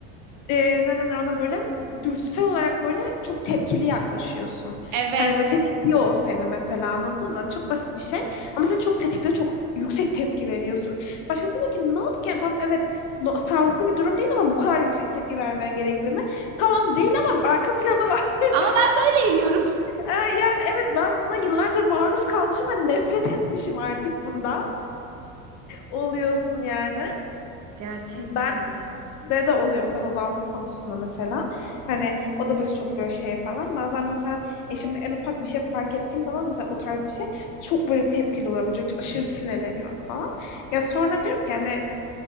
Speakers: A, on the left (about 50°); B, on the right (about 50°).
A: e, ne denir ona böyle dürtüsel olarak böyle çok tepkili yaklaşıyorsun.
B: Evet.
A: Hani böyle tetikliyor o seni mesela anladın mı? Hani çok basit bir şey ama seni çok tetikliyor, çok yüksek tepki veriyorsun. Başkası diyor ki ne oldu ki? Yani tamam evet no- sağlıklı bir durum değil ama bu kadar yüksek tepki vermen gerekli mi? Tamam değil ama arka planı var. <laughs>
B: Ama ben böyle eğiliyorum.
A: Ee, yani evet ben buna yıllarca maruz kalmışım ve nefret etmişim artık bundan. Oluyorsun yani.
B: Gerçekten
A: Ben
B: öyle.
A: de de oluyor mesela babam konusunda mesela. Hani o da böyle çok böyle şey falan. Bazen mesela eşimde en ufak bir şey fark ettiğim zaman mesela o tarz bir şey çok böyle tepkili oluyorum. Çok aşırı sinirleniyorum falan. Ya sonra diyorum ki hani